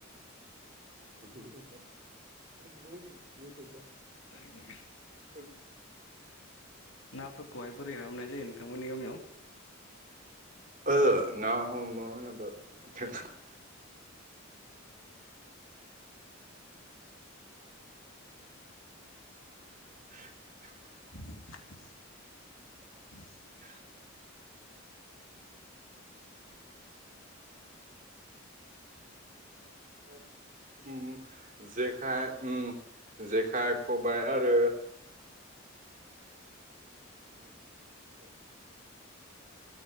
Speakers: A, on the right; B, on the left.
A: <unintelligible>
B: <unintelligible>
A: <unintelligible>
B: नाफोरखौहाय बोरैहाय हमनाय जायो नोंथांमोननि गामियाव?
A: ओ ना हमनाय होनोबा <unintelligible> <unintelligible>
B: <unintelligible> <unintelligible>
A: <unintelligible>
B: <unintelligible>
A: उम जेखाइ उम जेखाइ खबाइ आरो